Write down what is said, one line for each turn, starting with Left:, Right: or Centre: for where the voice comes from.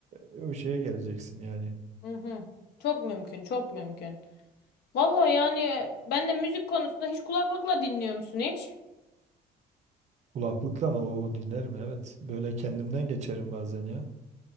Right: e, o şeye geleceksin yani.
Left: Hı hı. Çok mümkün çok mümkün. Valla yani ben de müzik konusunda hiç kulaklıkla dinliyor musun hiç?
Right: Kulaklıkla mı? Oo dinlerim evet. Böyle kendimden geçerim bazen ya.